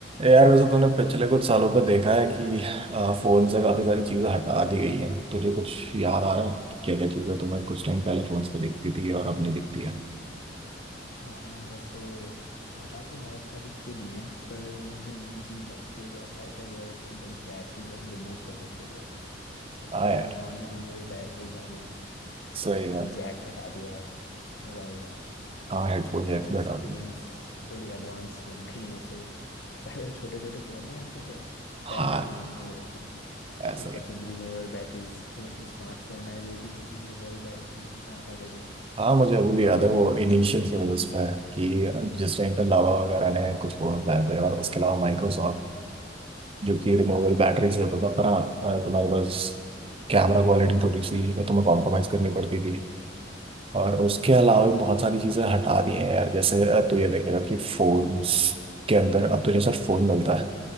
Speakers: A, on the right (about 30°); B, on the left (about 65°).
A: यार वैसे तूने पिछले कुछ सालों पर देखा है कि आ, फोन से काफी सारी चीजें हटा दी गई हैं तुझे कुछ याद आ रहा है क्या क्या चीजें तुम्हें कुछ टाइम पहले फोन पे दिखती थी और अब नहीं दिखती है
B: हाँ जैसे हटा तो बहुत सारी चीज़ें दी हैं पर जो मुझे मेन चीज़ लगती है जो हटाई है वो है उसकी बड़ी बैटरी जो हम रिमूव कर सकते थे अब
A: हाँ
B: तो
A: यार
B: नॉन रिमूवेबल बैटरीज आ गई हैं
A: सही
B: एंड
A: बात
B: जैक हटा दिया है मोबाइल का
A: हाँ हेडफोन जैक
B: और
A: भी हटा
B: स्क्रीन्स
A: दी
B: थोड़ी एडवांस लग गई हैं सो <laughs> पहले छोटे छोटे फ़ोन नहीं आते थे कीपैड
A: हाँ
B: वाले जिनमें वो होते थे
A: ऐसा
B: ऊपर
A: ही
B: से रिमूवेबल बैटरीज फिर स्मार्टफोन आए वो भी रिमूवेबल बैटरीज के साथ आते थे
A: हाँ मुझे अभी भी
B: तो
A: याद
B: अब वो
A: है
B: सब
A: वो
B: हट
A: इनिशियल
B: चुका है
A: फेजेस पे कि जिस टाइम पे लावा वगैरह ने कुछ फोन लाए थे और उसके अलावा माइक्रोसॉफ्ट जो कि रिमूवेबल
B: हाँ
A: बैटरी से होता था पर हाँ, अ, तुम्हारे पास कैमरा क्वालिटी थोड़ी सी तुम्हें कॉम्प्रोमाइज करनी पड़ती थी और
B: हाँ
A: उसके अलावा भी बहुत सारी चीजें हटा दी हैं यार जैसे अब तो ये देखेगा कि फोन्स के अंदर अब तुझे सिर्फ फोन मिलता है